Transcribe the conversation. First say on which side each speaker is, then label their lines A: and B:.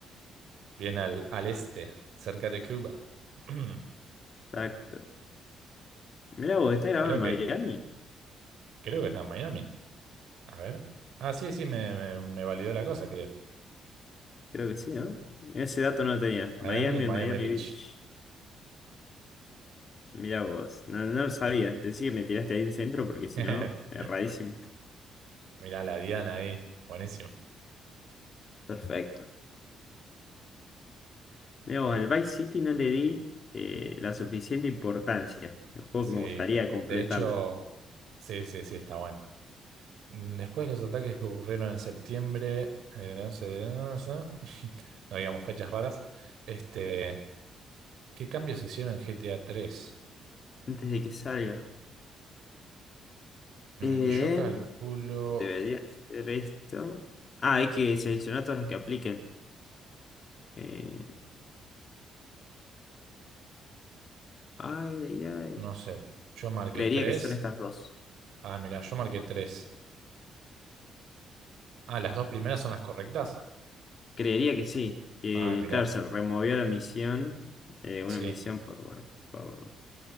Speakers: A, on the right; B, on the left.
A: Bien al, al este, cerca de Cuba. <clears throat>
B: Exacto. Mirá vos, ¿está grabado
A: Creo
B: en
A: que,
B: Miami?
A: creo que está en Miami. A ver. Ah, sí, sí, me, me, me validó la cosa, creo.
B: Creo que sí, ¿no? Ese dato no lo tenía.
A: Miami,
B: Miami
A: Miami
B: en Miami
A: Beach.
B: Beach. Mirá vos, no, no lo sabía. Decí que me tiraste ahí en centro porque si
A: <laughs>
B: no, erradísimo.
A: Mirá, la Diana ahí. Buenísimo.
B: Perfecto. Mirá vos, al Vice City no le di eh, la suficiente importancia. El juego
A: Sí.
B: que me gustaría completarlo.
A: De hecho, sí, sí, sí, está bueno. Mm, Después los ataques que ocurrieron en septiembre, el 11 de... No sé, <laughs> no digamos fechas raras. Este, ¿qué cambios se hicieron en GTA 3?
B: Antes de que salga. Em,
A: y yo calculo,
B: debería ser esto. Ah, hay que seleccionar todas las que apliquen. Eh, ay, ay, ay.
A: no sé, yo marqué
B: Creería
A: 3.
B: que son estas dos.
A: Ah, mirá, yo marqué tres. Ah, las dos primeras son las correctas.
B: Creería que sí. Que,
A: Ah, mirá,
B: claro, se removió la misión. eh,
A: sí,
B: una misión por, bueno, por,